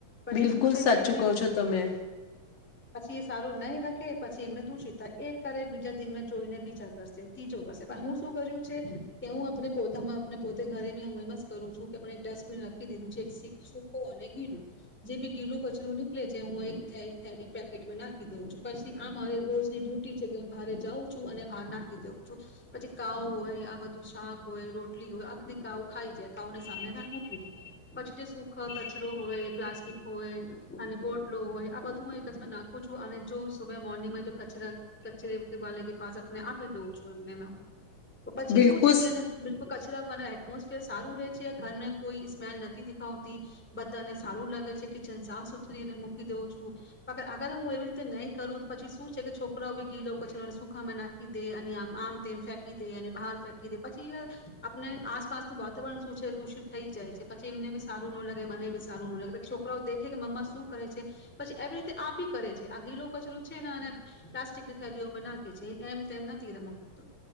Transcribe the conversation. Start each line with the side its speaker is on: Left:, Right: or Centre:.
Centre: પછી
Left: બિલકુલ
Centre: શું છે
Left: સાચું
Centre: કે એમને
Left: કહ છો તમે.
Centre: પછી એ સારું નહીં રાખે પછી એમને દૂષિત થાય એક કરે બીજા દિન જોઈને બીજા કરશે ત્રીજો કરશે પણ હું શું કર્યું છે હું પોમાં પોતે ઘરે બી હું એમ જક બીજી રું છું કે ડસ્ટબિન રાખી દીધું છે સકો અને ગીલું જે બી ગીલું કચરું નીકળે છે હું પેકેટમાં નાખી દઉ છું પછી આ મારે રોજની ડ્યુટી છે કે હુંરે જાઉં છું અને બાર નાખી દઉં છ પછી કાવ હોય આ બધું શાક હોય રોટલી હોય આ બધી કાવ ખાઈ જાય કાને સા મૂકી દઉ પછી જે સુખ કચરો હોય પ્લાસ્ટિક હોય અને બોટલો હોય આ બધું હું એકજ નાખું છું અને જો સુ મોર્નિંગમાં કચરા કચરે વાલે કે પાસ આપી દઉં છું એમને. તો પછી
Left: બિલકુલ
Centre: શું છે કે એને બિલકુલ કચરા મા એટમોસફિયર સારું રે છે ઘરને કોઈ સ્મેલ નથી દેખાવતી બધાને સારું લાગે છે કિચન સાફ સુથરી મૂકી દેઉં છું અગર હું એવી રીતે નહીં કરું પછી શું છે કે છોકરાઓ ઘી લઉ કચરોને સુખામાં નાખી દે અને આમ આમ તેમ ફેંકી તે અને બહાર ફેકી દે પછી આપને આસપાસનું વાતાવરણ શું છે દૂષિત થઈ જ જાય છે પછી એમને બી સારું નો લાગે મને બી સારું નો લાગે પછી છોકરાઓ દેખે કે મમ્મા શું કરે છે પછી એવી રીતે આ બી કરે છે આ ગીલો કચરો છે ને અને પ્લાસ્ટિકની થેલીઓમાં નાખે છે એમ તેમ નથી મુકતો.